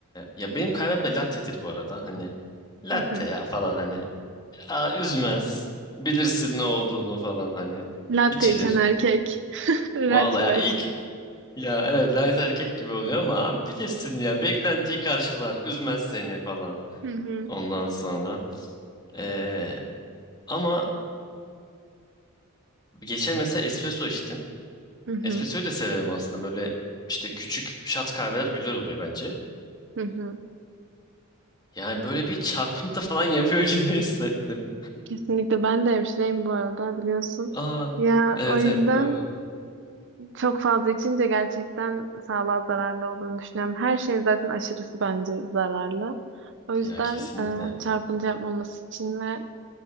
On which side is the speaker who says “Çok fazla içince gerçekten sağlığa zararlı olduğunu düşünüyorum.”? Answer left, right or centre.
Right